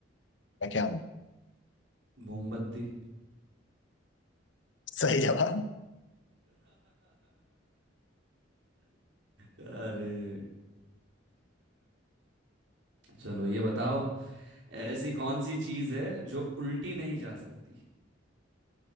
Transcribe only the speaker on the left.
मैं क्या हूँ
सही जवाब